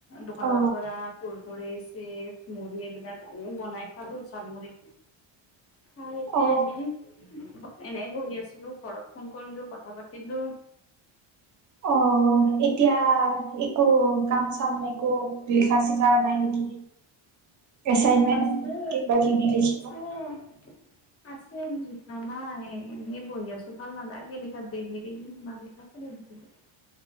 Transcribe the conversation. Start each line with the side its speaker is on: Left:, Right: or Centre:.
Left: দোকানৰ
Right: অ
Left: পৰা কুৰকুৰি, চিপ, মুড়ি এইবিলাক আনি বনাই খালো জাল মুড়ি। খাই এতিয়া
Right: অ
Left: এনেই এনেই বহি আছিলো ঘৰত ফোন কৰিলো কথা পাতিলো।
Right: অ এতিয়া একো কাম-চাম একো লিখা-চিখা নাই নেকি? এচাইনমেন্ট,
Left: আছে
Right: কিবাকিবি লিখিব
Left: <unintelligible> আছে লিখা নাই এনেই বহি আছোঁ ভাল নালাগে লিখা দেইলি দেইলি ইমান লিখা। <unintelligible>